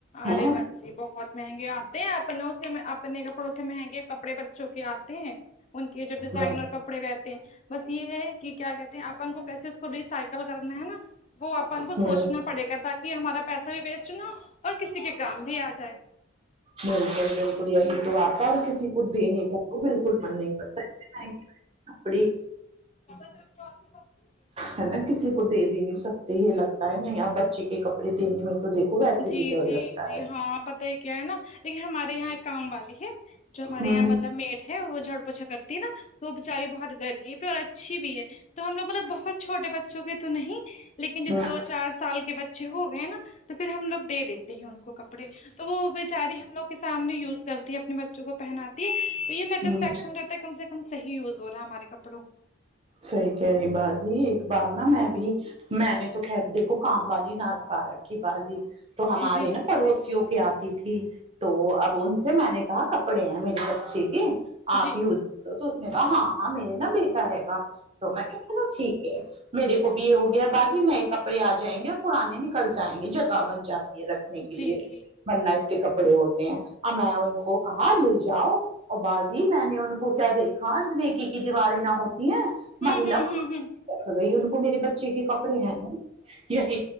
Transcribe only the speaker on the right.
ہیں
بس
ہوں
بالکل بال یہی تو آپا کسی کو دینے کو تو بالکل من نہیں کرتا اتے مہنگے مہنگے کپڑے
ہے نا کسی کو دے بھی نہیں سکتے یہ لگتا ہے نہیں اب بچے کے کپڑے دینے میں تو دیکھو ویسے
بھی ڈر
لگتا
ہے
ہوں
ہوں
ہوں
ہوں
صحیح کہہ رہی باجی بار نہ میں بھی میں نے تو خیر دیکھو کام والی نہ رکھ پارک کی بازی تو ہمارے
نا پڑو وں کے آتی تھی تو اب ان سے میں نے کہا کپڑے ہیں میر بچے کے آپ
ہی <unintelligible> تو اس نے کہا ہاں ہاں میرے نہ بے بی رہےگا تو میں نے کہا ٹھیک ہے میرے کو بھی یہ ہوگیا باجی میں کب کپڑے آ جائیں گے اور پرانے نکل جائیں گے جگہ بن جاتی ہے رکھنے کے
لیے
بننا اتنے کپڑے ہوتے ہیں اب میں ان کو کہاں لے جاؤ اور باجی میں نے ان کو کیا دیکھا نیکی کی دیواریں نہ ہو مہ
مہیلا
گئی ان کو میرے بچے کے کپڑے ہیں نا یہی